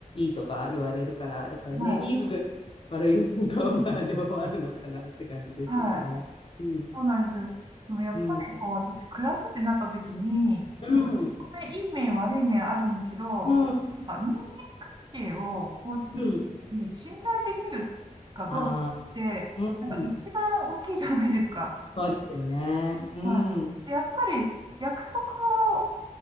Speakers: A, on the left; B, on the right.
A: いいとか言われるから、やっぱりね、
B: はい、
A: いい部分、悪い部分と、まあ、両方あるのかなって感じですよね。
B: はい
A: うん、
B: そうなんです。でもやっぱりこう、
A: うん、
B: 私、暮らすってなった時に、
A: うん、
B: なんか、いい面、悪い面あるにしろ、
A: うん、
B: なんか人係を構築するに信頼できるかどうかって、
A: うん。ああ、
B: なんか一番大きいじゃないですか。
A: うん、そうですよね。うん。
B: はい。やっぱり約束を